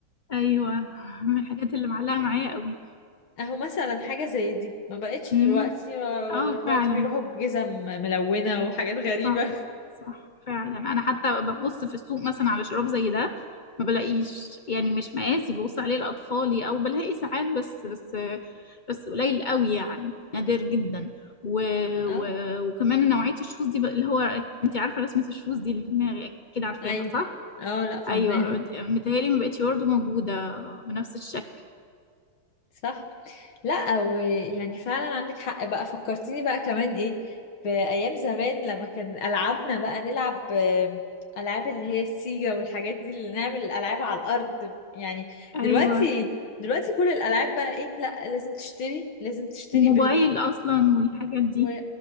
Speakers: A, on the left (about 65°); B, on the left (about 90°).
A: ايوه <laughs> من الحاجات اللي معلقه معايا قوي
B: اهو مثلا حاجة زي دي ما بقتش
A: امم
B: دلوقتي ما-
A: اه
B: دلوقتي
A: فعلا
B: بيروحوا بجزم ملونة وحاجات غريبة
A: صح صح فعلا انا حتى ببص في السوق مثلا على شراب زي ده ما بلاقيش يعني مش مقاسي ببص عليه لاطفالي او بلاقي ساعات بس بس بس قليل قوي يعني نادر جدا و...
B: <laughs> اه
A: و... وكمان نوعية الشوز دي ب- اللي هو انت عارفة رسمة الشوز دي اللي في دماغي اكيد عارفاها
B: ايوه
A: صح
B: اه لا فاهماه
A: ايوه مت- متهيألي ما بقتش برضه موجودة بنفس الشكل
B: صح لا ويعني فعلا عندك حق بقى فكرتيني بقى كمان ايه بأيام زمان لما كان ألعابنا بقى نلعب آه، ألعاب اللي هي السيجا والحاجات دي اللي نعمل الألعاب على الأرض يعني
A: ايوه
B: دلوقتي دلوقتي كل الألعاب بقى ايه لا لازم تشتري لازم تشتري
A: وموبايل اصلا والحاجات دي
B: و...